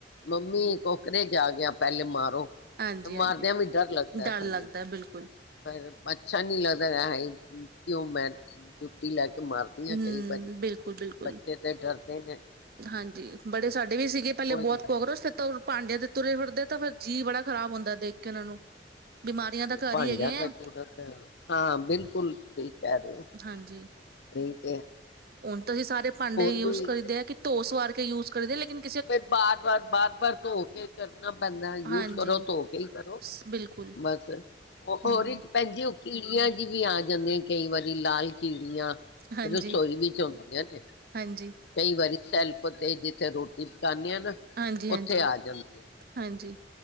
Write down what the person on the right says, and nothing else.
ਹਾਂਜੀ,
ਹਾਂਜੀ
ਡਰ
ਲੱਗਦਾ ਹੈ, ਬਿਲਕੁਲ।
ਹਮ
ਬਿਲਕੁਲ ਬਿਲਕੁਲ
ਹਾਂਜੀ ਬੜੇ ਸਾਡੇ ਵੀ ਸੀਗੇ ਪਹਿਲੇ
ਬਹੁਤ
ਕਾਕਰੋਚ ਉਤੋਂ ਭਾਂਡਿਆਂ ਤੇ ਤੁਰੇ ਫਿਰਦੇ ਤੇ ਫਿਰ ਜੀਅ ਬੜਾ ਖਰਾਬ ਹੁੰਦਾ ਦੇਖ ਕੇ ਉਹਨਾਂ ਨੂੰ ਬਿਮਾਰੀਆਂ ਦਾ ਘਰ
ਹੀ ਹੈਗੇ
ਐ।
ਹਾਂਜੀ,
ਹੁਣ ਤਾਂ ਅਸੀਂ ਸਾਰੇ ਭਾਂਡੇ ਯੂਜ
ਕਰੀਦੇ ਆ ਕਿ ਧੋਸ ਵਾਰ ਕੇ ਯੂਜ ਕਰੀਦੇ ਲ਼ੇਕਿਨ
ਹਾਂਜੀ,
ਸ- ਬਿਲਕੁਲ
ਹੂੰ,
ਹਾਂਜੀ,
ਹਾਂਜੀ,
ਹਾਂਜੀ,
ਹਾਂਜੀ,
ਹਾਂਜੀ